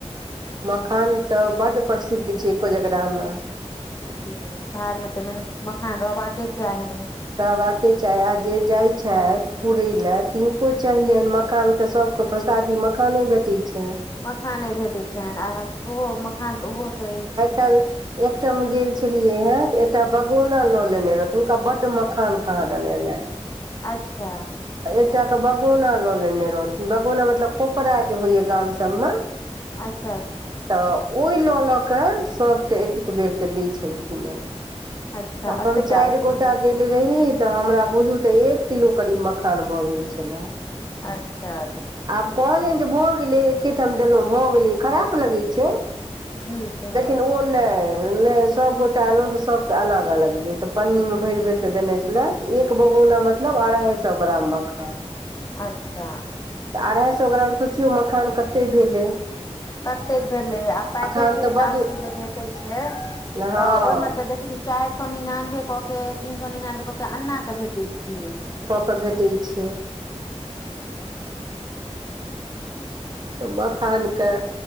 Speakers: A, on the right; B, on the left.
A: मखान तऽ बड प्रसिद्ध छै कोजगरा मे
B: जी बाहर मे तऽ मेन मखान रहबाक के चाही
A: तबाके चाह आ जे जाइ छथि पुरै ल तनको चाहियनि मकानके सभ ओकर प्रसादी मखाने भेटैत छै
B: मखाने भेटैत छनि आ सेहो मखान तऽ ओहो से
A: कल एकटाम गेल छलियै हेँ त एकटा बगौना लऽ लेने रहथि हुनका बड मखान कहा देन एलैय
B: अच्छा
A: एकटा क बगौना लऽ लेने रहथिन बगौना मतलब कोपरा जे होइया गाम सभमे
B: अच्छा अच्छा
A: तऽ ओहि लऽ लऽ कऽ सभके एक एक बेरके दै छलखिन
B: अच्छा
A: त
B: एतेक
A: हम चारि
B: आयल छलनि
A: गोटा
B: ने
A: गेलल रही तऽ हमरा बुझू तऽ एक किलो करीब मखान भऽ गेल छलाह
B: अच्छा देखियौ
A: आब कहलियनि जे भऽ गेलै एके ठाम देलहुँ भऽ गेलै खराब लगये छै
B: जी से
A: लेकिन
B: गप
A: ओ नहि नहि सभगोटा एयलहुँ तऽ सबके अलग अलग देब तऽ पन्नीमे भरि भरिकऽ देने छलै एक बगौना मतलब अढ़ाई सए ग्राम मखान
B: अच्छा
A: तऽ अढ़ाइ सए ग्राम सोचियौ मखान कते भेलै
B: कतेक भेलै आ पैकेट
A: मखान
B: के
A: तऽ
B: हिसाब
A: बड्ड
B: से जे भेटै छै
A: हँ
B: तऽ ओहिमे तऽ देखैत छी चारि सए निनानबे कऽ के तीन सए निनानबे कऽ के अन्ना के भेटे छै
A: के भेटैत छै त मखानके